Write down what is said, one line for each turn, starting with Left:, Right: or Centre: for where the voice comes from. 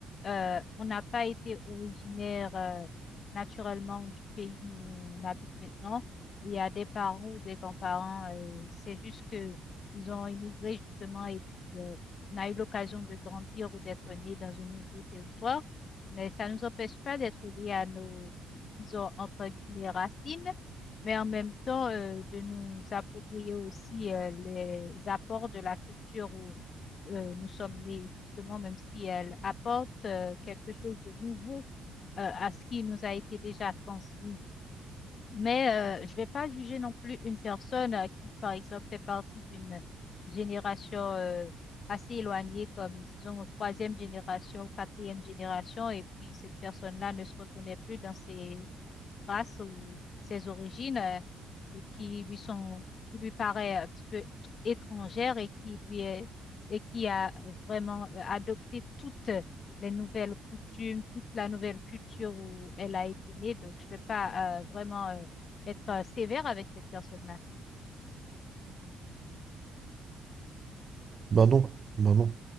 Left: euh, on n'a pas été originaire euh, naturellement du pays où on habite maintenant. Il y a des parents ou des grands-parents, euh, c'est juste que ils ont immigré justement et puis euh, on a eu l'occasion de grandir ou d'être né dans un nouveau territoire, mais ça ne nous empêche pas d'être liés à nos, disons, entre guillemets, racines mais en même temps euh, de nous approprier aussi euh, les apports de la culture où euh, nous sommes nés, justement, même si elle apporte euh, quelque chose de nouveau euh, à ce qui nous a été déjà transmis. Mais euh, je ne vais pas juger non plus une personne euh, qui, par exemple, fait partie d'une génération euh, assez éloignée, comme disons troisième génération ou quatrième génération, et puis cette personne-là ne se reconnaît plus dans ses grâce ou ses origines euh, qui lui sont, qui lui paraît un petit peu étrangère et qui lui est, et qui a vraiment euh, adopté toutes les nouvelles coutumes, toute la nouvelle culture où elle a été née. Donc, je ne vais pas euh, vraiment euh, être euh, sévère avec cette personne-là.
Right: Bah non, bah non.